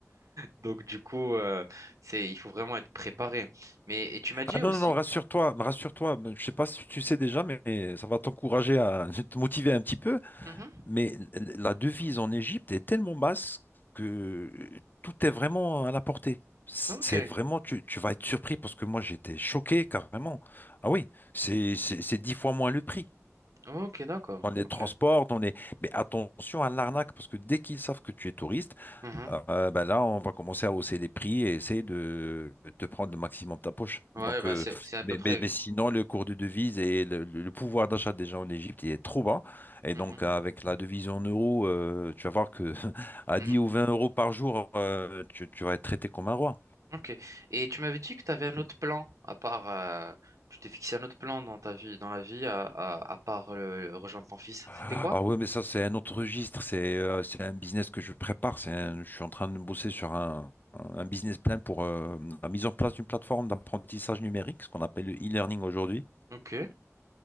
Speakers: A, on the right; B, on the left.
A: Donc, du coup, euh, c'est, il faut vraiment être préparé. Mais, et tu m'as dit
B: Ah non,
A: aussi?
B: non, non, rassure-toi, rassure-toi. Je sais pas si tu sais déjà, mais ça va t'encourager à <laughs> te motiver un petit peu.
A: Mhm.
B: Mais la devise en Égypte est tellement basse que tout est vraiment à la portée. C'est
A: Ok,
B: vraiment, tu, tu vas être surpris parce que moi j'étais choqué carrément. Ah oui, c'est c'est c'est dix fois moins le prix.
A: ok, d'accord.
B: on les
A: Ok.
B: transporte, on les... Mais attention à l'arnaque, parce que dès qu'ils savent que tu es touriste,
A: Mhm.
B: euh, bah là, on va commencer à hausser les prix et essayer de te prendre le maximum de ta poche.
A: Ouais,
B: Donc,
A: ben
B: euh,
A: c'est, c'est à
B: mais,
A: peu près.
B: mais- mais sinon, le cours de devise et le, le- le pouvoir d'achat des gens en Égypte, il est trop bas. Et
A: Mhm.
B: donc, avec la devise en euros, euh, tu vas voir que <laughs> à
A: Mhm.
B: 10 ou 20 euros par jour, euh, tu, tu vas être traité comme un roi.
A: Ok. Et tu m'avais dit que tu avais un autre plan, à part. euh, tu t'es fixé un autre plan dans ta vie, dans la vie, à, à, à part euh, rejoindre ton fils.
B: Ah
A: C'était quoi?
B: oui, mais ça, c'est un autre registre. C'est euh, c'est un business que je prépare. C'est un- je suis en train de bosser sur un, un business plan pour euh, la mise en place d'une plateforme d'apprentissage numérique, ce qu'on appelle le e-learning aujourd'hui.
A: Ok.